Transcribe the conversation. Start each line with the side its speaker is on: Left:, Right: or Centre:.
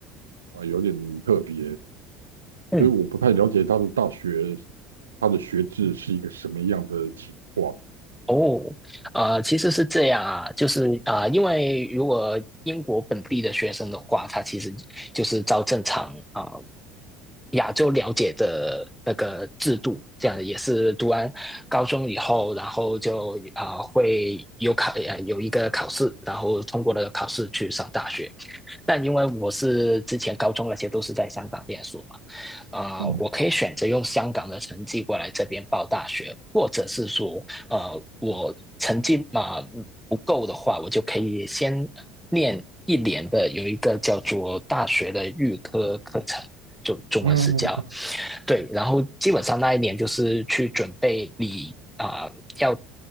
Right: 啊，呃有点特别，
Centre: 嗯，
Right: 所以我不太了解他的大学，他的学制是一个什么样的情况。
Centre: 哦，呃，其实是这样啊，就是啊、呃因为如果英国本地的学生的话，他其实就是照正常啊、亚洲了解的那个制度，这样也是读完高中以后，然后就啊、呃会有考呃有一个考试，然后通过了考试去上大学。但因为我是之前高中那些都是在香港念书嘛，啊、
Right: 嗯
Centre: 呃我可以选择用香港的成绩过来这边报大学，或者是说呃，我成绩嘛呃不够的话，我就可以先念一年的有一个叫做大学的预科课程，就中文是叫
Right: 嗯
Centre: 对，然后基本上那一年就是去准备你啊、呃要